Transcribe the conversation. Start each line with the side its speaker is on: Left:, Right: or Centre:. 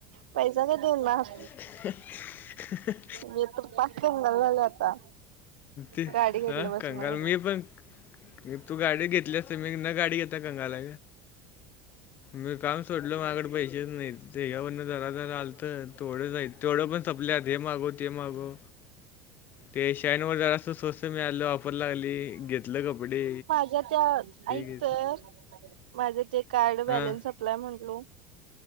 Right: पैसा का देऊन म
Left: <inaudible>
Right: म्हजे तर पाच पन झाल झाले आता
Left: ते
Right: गाडी घेतलं
Left: हां
Right: बसून.
Left: कंगाल मी पण तू गाडी घेतली असते मी न गाडी घेता कंगाला. मी काम सोडल माझकड पैसेच नाही ते ह्यावरन जरादरा आलत ढ तेवढं पण संपल्यात, हे मागो ते मागो. ते शाईन वर जालं अस स्वस्त मिळालं वापरला लागली घेतलं कपडे
Right: माझ त्या
Left: हे
Right: ऐक
Left: घेतलं
Right: तर, माझं ते कार्ड बॅलन्स
Left: हां
Right: अप्लाय म्हटलो.